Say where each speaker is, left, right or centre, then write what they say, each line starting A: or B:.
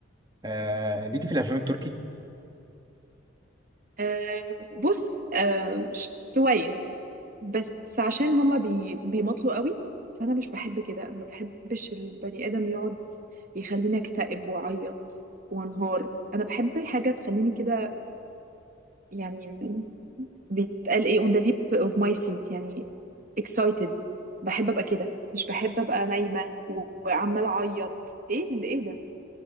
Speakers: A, on the right (about 20°); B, on the right (about 40°).
A: آه ليكي في الافلام التركي
B: آه، بص آه، ش- شوية بس عشان هما بي بيمطلوا قوي فأنا مش بحب كده أنا ما بحبش البني آدم يقعد يخليني أكتئب وأعيط وأنهار أنا بحب حاجة تخليني كده يعني بيتقال إيه on the lip of my seat يعني excited بحب أبقى كده مش بحب أبقى نايمة و- وعمالة أعيط إيه اللي إيه ده